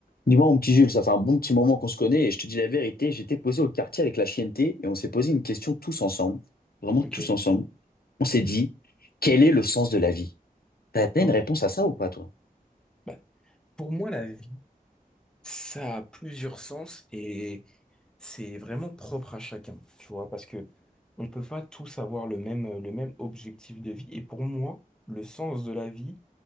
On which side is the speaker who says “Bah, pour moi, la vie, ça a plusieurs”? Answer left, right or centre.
Centre